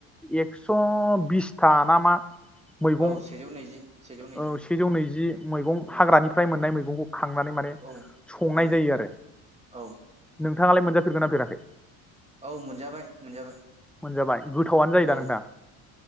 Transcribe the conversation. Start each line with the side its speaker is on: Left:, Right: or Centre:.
Centre: एक्स' बिसथा ना मा मैगं
Right: औ सेजौ नैजि सेजौ नैजि
Centre: औ सेजौ नैजि मैगं हाग्रानिफ्राय मोननाय मैगंखौ माने माने
Right: औ
Centre: संनाय
Right: औ
Centre: जायो आरो
Right: औ
Centre: नोंथाङालाय मोनजाफेरदोना फेराखै।
Right: औ मोनजाबाय मोनजाबाय
Centre: मोनजाबाय गोथावनो जायो दा
Right: औ
Centre: नोंथां